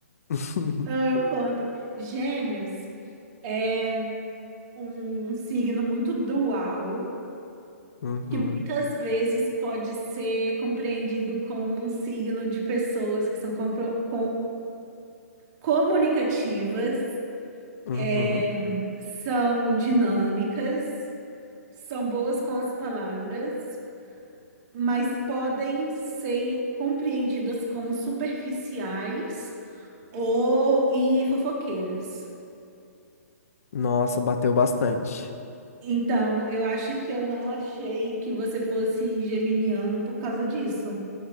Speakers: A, on the left (about 60°); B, on the right (about 25°).
A: <laughs>
B: Não, eu conto. Gêmeos é um signo muito dual.
A: Uhum,
B: que muitas vezes pode ser compreendido como um signo de pessoas que são compro- com- comunicativas,
A: uhum.
B: é, são dinâmicas, são boas com as palavras, mas podem ser compreendidas como superficiais ou e fofoqueiras.
A: Nossa, bateu bastante.
B: Então, eu acho que eu não achei que você fosse geminiano por causa disso,